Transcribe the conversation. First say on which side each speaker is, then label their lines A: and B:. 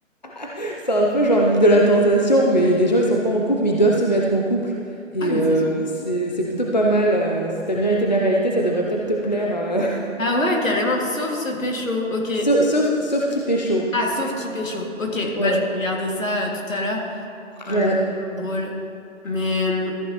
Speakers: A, on the left (about 35°); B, on the left (about 80°).
A: <laughs> C'est un peu genre l'île de la tentation, mais les gens, ils sont pas en couple, mais ils doivent se mettre en couple et
B: Ah, mais
A: heu,
B: c'est trop bien.
A: c'est c'est plutôt pas mal, heu, si tu aimes bien été de la réalité, ça devrait peut-être te plaire, heu,
B: Ah ouais, carrément, sauf ce pécho. Ok.
A: Sau <laughs> Sauf Sauf qui pécho.
B: Ah, sauf qui pécho. Ok,
A: Ouais,
B: bah je vais regarder ça euh, tout à l'heure. Voilà,
A: ouais.
B: c'est tellement drôle. Mais euh,